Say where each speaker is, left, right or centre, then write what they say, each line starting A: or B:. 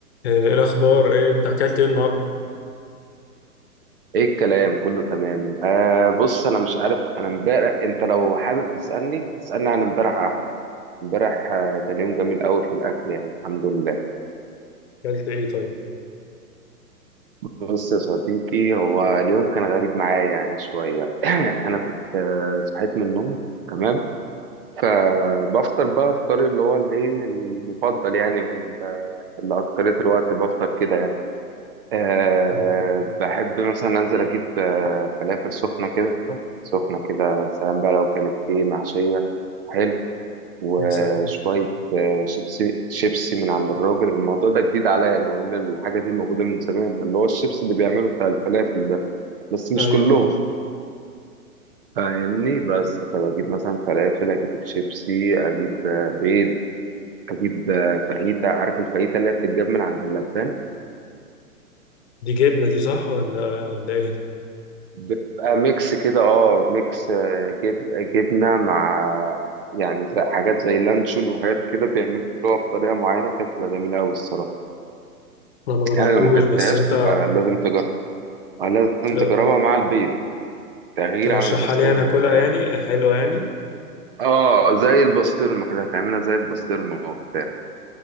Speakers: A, on the left (about 45°); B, on the right (about 35°).
A: آه، إيه الأخبار إيه أنت أكلت إيه النهاردة؟
B: ايه الكلام كله تمام آه بص انا مش عارف انا امبارح انت لو حابب تسالني اسالني عن امبارح احلى امبارح آه كان يوم جميل قوي في الاكل يعني الحمد لله
A: أكلت إيه طيب؟
B: بص يا صديقي هو اليوم كان غريب معايا يعني شويه <clears throat> انا كنت آه صحيت من النوم تمام فبفطر بقى فطاري اللي هو الايه المفضل يعني وال- اللي اكتريت الوقت بفطر كده يعني. أه
A: مم.
B: بحب مثلا أنزل أجيب آه، فلافل سخنة كده سخنة كده سلام بقى لو كانت إيه محشية حلو وشوية
A: يا سلام
B: آه، شيبسي شيبسي من عند الراجل الموضوع ده جديد عليا لو إن الحاجة دي موجودة من زمان اللي هو الشيبسي اللي بيعمله بتاع الفلافل ده بس مش
A: أيوه
B: كلهم
A: أيوه
B: فاهمني بس فبجيب مثلا فلافل أجيب شيبسي أجيب آه، بيض أجيب آه، فاهيتا عارف الفاهيتا اللي هي بتتجاب من عند اللبان
A: دي جبنة دي صح ولا ولا إيه؟
B: بيبقى ميكس كده اه ميكس آه، جب جبنة مع يعني زي حاجات زي لانشون وحاجات كده بيعملوها بطريقة معينة كانت بتبقى جميلة أوي الصراحة
A: أنا مجربتوش
B: يعني لو ما أكلتهاش
A: بس أنت
B: تبقى لازم تجربها آه، لازم
A: ت-
B: تجربها مع البيض تغيير
A: ترشحها
B: عن البسطرمة
A: لي أنا أكلها
B: فاهم
A: يعني حلوة يعني؟
B: اه زي البسطرمة كده هتعملها زي البسطرمة وبتاع